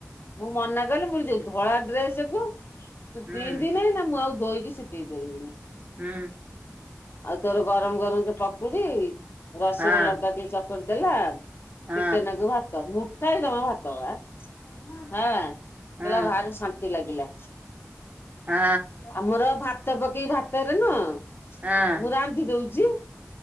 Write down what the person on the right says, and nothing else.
ହୁଁ
ହୁଁ।
ହଁ
ହଁ
ହଁ
ହଁ
ହଁ